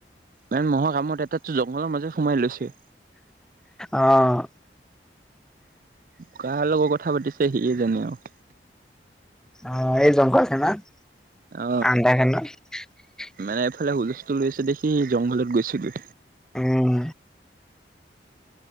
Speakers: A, on the right; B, in the centre.
A: ভাই ম'হৰ কামোত এটাটো জংঘলৰ মাজে সোমাই লৈছে।
B: অহ।
A: কাৰ লগত কথা পাতিছে সিয়ে জানে আও।
B: অহ' এইজন <unintelligible>
A: অ
B: আন্ধাৰ খনত।
A: মানে এইফালে হুলস্থুল লৈছে দেখি সি জংঘলত গৈছেগৈ।
B: উম।